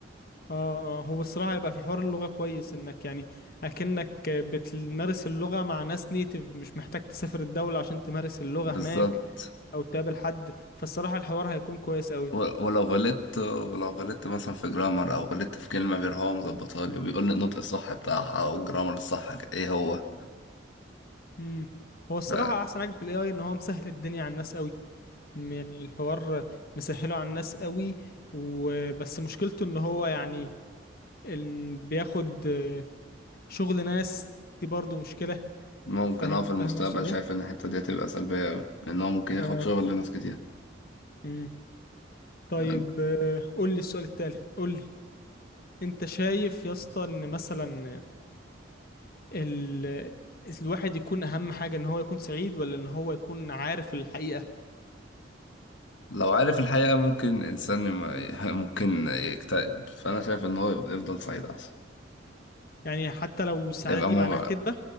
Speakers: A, on the left; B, on the left.
A: اه اه هو الصراحه هيبقى في حوار اللغه كويس انك يعني اكنك بتمارس اللغه مع ناس نيتيف مش محتاج تسافر الدوله عشان تمارس اللغه
B: بالظبط
A: هناك او تقابل حد فالصراحه الحوار هيكون كويس قوي
B: و- ولو غلطت ولو غلطت مثلا في جرامر او غلطت في كلمه بيروح هو مظبطها لي وبيقول لي النطق الصح بتاعها او الجرامر الصح ايه هو
A: مم. هو الصراحة
B: ف
A: أحسن حاجة في ال AI إن هو مسهل الدنيا على الناس قوي م- يعني الحوار مسهله على الناس قوي وبس مشكلته إن هو يعني ال- بياخد آه، شغل ناس دي برضو مشكلة
B: ممكن
A: فاهم
B: اه في
A: فاهم
B: المستقبل
A: أقصد إيه؟
B: شايف ان الحتة دي هتبقى سلبية أوي لأن هو ممكن ياخد
A: آه.
B: شغل لناس كتير
A: مم. طيب
B: فأن-
A: آه، قول لي السؤال التالي قول لي أنت شايف يا اسطى إن مثلا ال... الواحد يكون أهم حاجة إن هو يكون سعيد ولا إن هو يكون عارف الحقيقة
B: لو عارف الحقيقة ممكن إنسان ما- <laughs> ممكن يكتئب فأنا شايف إن هو يفضل سعيد أحسن
A: يعني حتى لو السعادة
B: يبقى
A: دي
B: مغ...
A: معناها كذبة